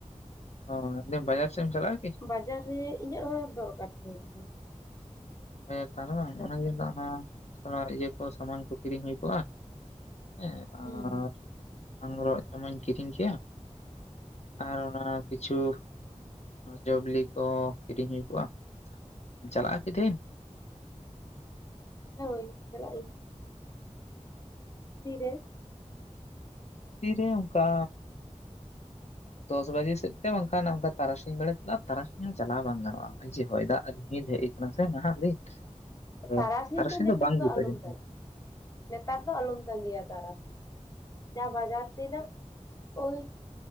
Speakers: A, on the left (about 60°); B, on the left (about 30°).
A: ᱚ ᱵᱟᱡᱟᱨ ᱥᱮᱫ ᱮᱢ ᱪᱟᱞᱟᱜᱼᱟ ᱠᱤ?
B: ᱵᱟᱡᱟᱨ ᱨᱮ ᱤᱧᱟᱹᱜ ᱦᱚᱸ ᱫᱚᱨᱠᱟᱨ ᱛᱟᱦᱮᱸ ᱠᱟᱱᱟ,
A: ᱦᱮᱛᱟᱨ ᱵᱟᱝ
B: ᱫᱚᱨᱠᱟᱨ
A: ᱚᱱᱟ ᱫᱤᱱ ᱫᱚ ᱚᱱᱟ ᱛᱷᱚᱲᱟ ᱤᱭᱟᱹ ᱠᱚ ᱥᱟᱢᱟᱱ ᱠᱚ ᱠᱤᱨᱤᱧ ᱦᱩᱭ ᱠᱚᱜᱼᱟ, ᱦᱮᱸ
B: ᱦᱩᱸ
A: ᱟᱨ ᱟᱝᱨᱚᱜ ᱡᱚᱢᱟᱧ ᱠᱤᱨᱤᱧ ᱠᱮᱭᱟ᱾ ᱟᱨ ᱚᱱᱟ ᱠᱤᱪᱷᱩ ᱡᱚᱵᱤᱞᱤ ᱠᱚ ᱠᱤᱨᱤᱧ ᱦᱩᱭ ᱠᱚᱜᱼᱟ ᱪᱟᱞᱟᱜᱼᱟ ᱠᱤ ᱛᱤᱦᱤᱱ?
B: ᱤᱧ ᱫᱚ ᱵᱟᱹᱧ ᱪᱟᱞᱟᱜ ᱟᱹᱧ᱾ ᱛᱤᱨᱮ?
A: ᱛᱤᱨᱮ ᱚᱝᱠᱟ ᱫᱚᱥ ᱵᱟᱡᱮ ᱥᱮᱫ ᱛᱮ ᱵᱟᱝᱠᱷᱟᱱ ᱚᱱᱠᱟ ᱛᱟᱨᱟᱥᱤᱧ ᱵᱮᱲᱟ <unintelligible> ᱛᱟᱨᱟᱥᱤᱧ ᱦᱚᱸ ᱪᱟᱞᱟᱣ ᱵᱟᱝ ᱜᱟᱱᱚᱜᱼᱟ᱾ ᱦᱚᱭᱼᱚᱜ ᱡᱮ ᱦᱚᱭ ᱫᱟᱜ ᱨᱤᱢᱤᱞ ᱦᱮᱡ ᱠᱟᱱᱟ ᱥᱮ ᱱᱟᱦᱟᱜ ᱫᱤᱱ᱾ ᱛᱚ
B: ᱛᱟᱨᱟᱥᱤᱧ ᱫᱚ ᱱᱮᱛᱟᱨ
A: ᱵᱟᱝ
B: ᱫᱚ
A: ᱡᱩᱛᱩᱜᱼᱟ
B: ᱟᱞᱚᱢ
A: ᱡᱟᱹᱱᱤᱡ
B: ᱛᱟᱞᱟᱜᱼᱟ᱾ ᱱᱮᱛᱟᱨ ᱫᱚ ᱟᱞᱚᱢ ᱛᱟᱸᱜᱤᱭᱟ ᱛᱟᱨᱟᱥᱤᱧ ᱫᱚ᱾ ᱡᱟᱦᱟᱸ ᱵᱟᱡᱟᱨ ᱨᱮᱱᱟᱜ ᱳᱭ